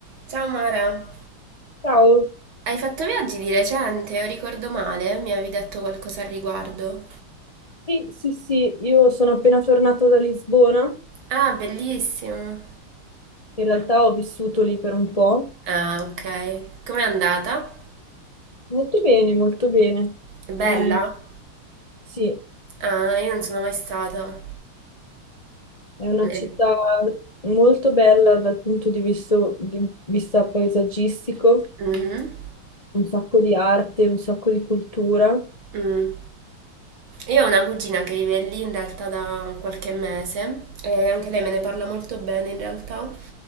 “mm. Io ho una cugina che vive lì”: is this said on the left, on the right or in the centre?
Right